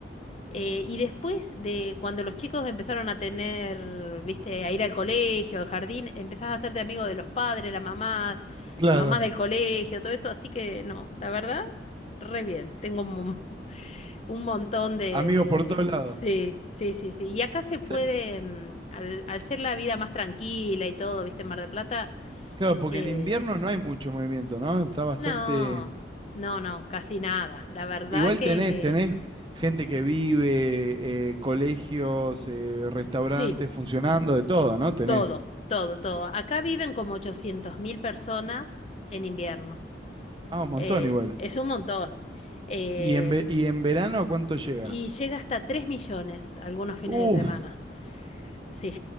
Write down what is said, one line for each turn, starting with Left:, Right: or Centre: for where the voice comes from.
Left: Eh, y después de cuando los chicos empezaron a tener, viste, a ir al colegio, al jardín, empezás a hacerte amigo de los padres, la mamá,
Right: claro.
Left: mamás del colegio, todo eso. Así que no, la verdad, re bien. Tengo un mon- un montón de,
Right: Amigos
Left: de-
Right: por todos lados.
Left: Sí, sí, sí, sí. Y acá se puede,
Right: Sí,
Left: mm, al, al ser la vida más tranquila y todo, viste, en Mar del Plata,
Right: Claro, porque
Left: eh,
Right: en invierno no hay mucho movimiento, ¿no? Está bastante...
Left: no, no, no, casi nada. La verdad
Right: Igual
Left: que
Right: tenés, tenés gente que vive, eh, colegios, eh, restaurantes
Left: sí,
Right: funcionando, de todo, ¿no? Tenés.
Left: todo, todo, todo. Acá viven como ochocientos mil personas en invierno.
Right: Ah, un montón
Left: Eh,
Right: igual.
Left: es un montón. Eh,
Right: ¿Y en, ve- y en verano cuánto llega?
Left: y llega hasta 3 millones algunos fines
Right: Uf,
Left: de semana. Sí,